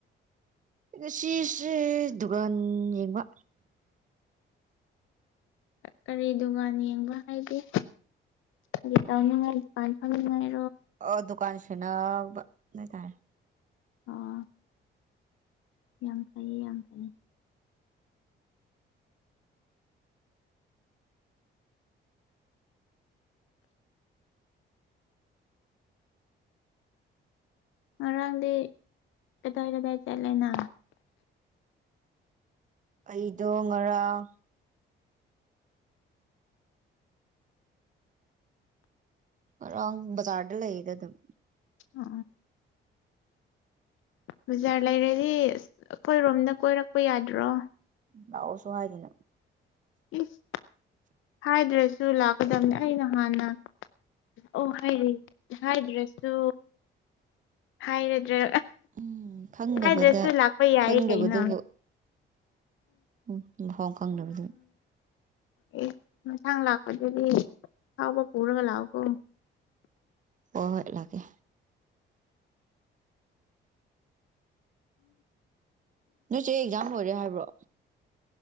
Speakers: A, on the right; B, on the left.
A: ꯉꯁꯤꯁꯦ ꯗꯨꯀꯥꯟ ꯌꯦꯡꯕ
B: ꯀꯔꯤ ꯗꯨꯀꯥꯟ ꯌꯦꯡꯕ ꯍꯥꯏꯗꯤ ꯀꯔꯤ ꯇꯧꯅꯤꯡꯉꯥꯏ ꯗꯨꯀꯥꯟ ꯐꯝꯅꯤꯡꯉꯥꯏ
A: ꯑꯥ ꯗꯨꯀꯥꯟ ꯁꯦꯟꯅꯕ ꯅꯩꯇꯥꯏ
B: ꯑꯣ ꯌꯥꯝ ꯐꯩꯌꯦ ꯌꯥꯝ ꯐꯩꯌꯦ ꯉꯔꯥꯡꯗꯤ ꯀꯗꯥꯥꯏ ꯀꯗꯥꯥꯏ ꯆꯠꯂꯦꯅ
A: ꯑꯩꯗꯣ ꯉꯔꯥꯡ ꯉꯥꯔꯥꯡ ꯕꯖꯔꯗ ꯂꯩꯗ ꯑꯗꯨꯝ
B: ꯑ ꯕꯖꯥꯔ ꯂꯩꯔꯗꯤ ꯑꯁ ꯑꯩꯈꯣꯏꯔꯣꯝꯗ ꯀꯣꯏꯔꯛꯄ ꯌꯥꯗ꯭ꯔꯣ
A: ꯂꯥꯛꯑꯣꯁꯨ ꯍꯥꯏꯗꯅ
B: ꯏꯁ ꯍꯥꯏꯗ꯭ꯔꯁꯨ ꯂꯥꯛꯀꯗꯝꯕꯅꯦ ꯑꯩꯅ ꯍꯥꯟꯅ ꯑꯣ ꯍꯥꯢꯔꯤ ꯍꯥꯏꯗ꯭ꯔꯁꯨ ꯍꯥꯏꯔꯗ꯭ꯔ
A: ꯎꯝ ꯈꯪꯗꯕꯗ
B: ꯍꯥꯏꯗ꯭ꯔꯁꯨ ꯂꯥꯛꯄ ꯌꯥꯏꯌꯦ
A: ꯈꯪꯗꯕꯗꯨꯕꯨ
B: ꯀꯩꯅꯣ
A: ꯎꯝ <unintelligible> ꯈꯪꯗꯕꯗꯣ
B: ꯑꯦ ꯏꯟꯁꯥꯡ ꯂꯥꯛꯄꯗꯨꯗꯤ ꯍꯥꯎꯕ ꯄꯨꯔꯒ ꯂꯥꯛꯑꯣꯀꯣ
A: ꯍꯣꯏ ꯍꯣꯢ ꯂꯥꯛꯀꯦ ꯅꯣꯏ ꯆꯦ ꯑꯦꯛꯖꯥꯝ ꯂꯣꯏꯔꯦ ꯍꯥꯏꯕ꯭ꯔꯣ